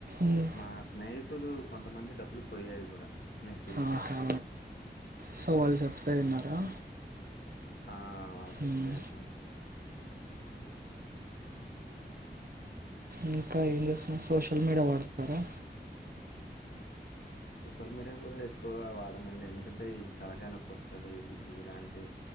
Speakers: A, on the right (about 55°); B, on the left (about 70°).
A: ఉమ్,
B: మా స్నేహితులు కొంతమంది డబ్బులు పోయాయి కూడా నేను చూసా
A: ఆహా సో వాళ్ళు చెప్తే విన్నారా
B: మ్మ్ ఆ వాళ్ళు చెప్తే
A: ఉమ్,
B: విన్నాను
A: ఇంకా ఏం చేస్తున్నారు సోషల్ మీడియా వాడుతున్నారా
B: సోషల్ మీడియా కూడా ఎక్కువగా వాడనండి ఎందుకంటే ఈ తలకా నొప్పి వస్తది ఇలాంటి